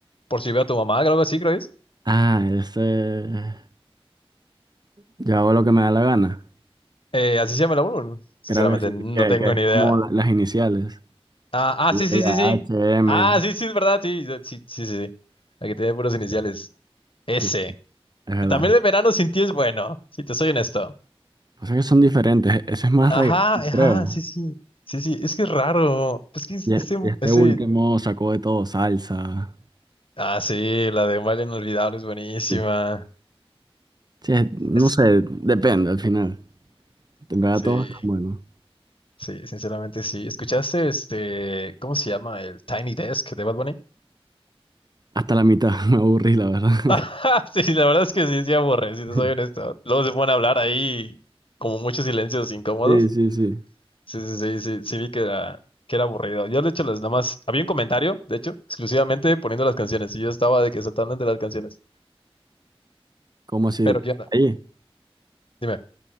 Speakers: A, on the left; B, on the right.
A: por si veo a tu mamá, algo así creo que es.
B: Ah, ese. Yo hago lo que me da la gana.
A: Eh, así se llama el álbum, sinceramente
B: Creo que sí,
A: no
B: que,
A: tengo
B: que es
A: ni
B: como
A: idea.
B: la- las iniciales.
A: Ah, ah, sí, sí,
B: Llega
A: sí, sí.
B: H M
A: Ah, sí, sí, es verdad, sí, sí, sí, sí. sí. La que tiene puros iniciales. S.
B: Sí, es verdad.
A: También el verano sin ti es bueno, si te soy honesto.
B: O sea que son diferentes. e- Ese es más
A: Ajá,
B: reggaetón,
A: ajá,
B: creo.
A: sí, sí. Sí, sí, es que es raro. Es que es-
B: Y e-
A: ese,
B: este
A: ese.
B: último sacó de todo salsa.
A: Ah, sí, la de Un baile inolvidable es buenísima.
B: Sí. Sí, es- no
A: Es,
B: sé, depende al final. En verdad
A: sí,
B: todo está bueno.
A: sí, sinceramente sí. ¿Escuchaste este, cómo se llama? El Tiny Desk de Bad Bunny.
B: Hasta la mitad <laughs> me aburrí, la verdad.
A: <laughs> Ajá, Sí, la verdad es que sí, sí aburre, si te
B: <laughs>
A: soy honesto. Luego se ponen a hablar ahí, como muchos silencios incómodos.
B: Sí, sí, sí.
A: Sí, sí, sí, sí, sí vi que era, que era aburrido. Yo, de hecho, las nada más, había un comentario, de hecho, exclusivamente poniendo las canciones, y yo estaba de que saltando entre las canciones.
B: Como si...
A: Pero, ¿qué onda?
B: Ahí,
A: Dime.